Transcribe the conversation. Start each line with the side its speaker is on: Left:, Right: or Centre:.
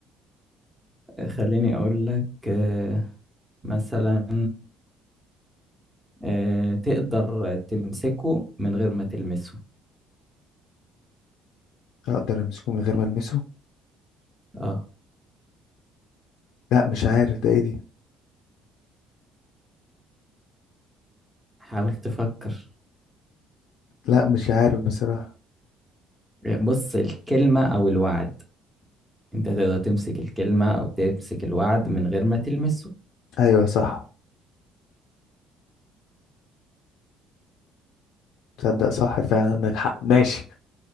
Centre: خليني أقول لك آه، مثلا آه، تقدر تمسكه من غير ما تلمسه
Left: أقدر أمسكه من غير ما ألمسه
Centre: اه
Left: لا مش عارف ده إيه دي
Centre: حاول تفكر
Left: لا مش عارف بصراحة
Centre: بص الكلمة أو الوعد أنت تقدر تمسك الكلمة أو تمسك الوعد من غير ما تلمسه
Left: أيوة صح تصدق صح فعلا فعلا
Centre: طيب
Left: عندك حق ماشي